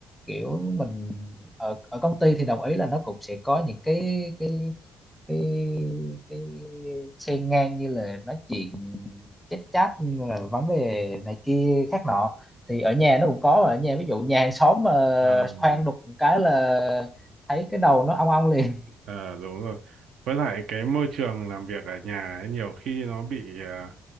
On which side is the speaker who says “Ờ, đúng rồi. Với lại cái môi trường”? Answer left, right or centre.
Right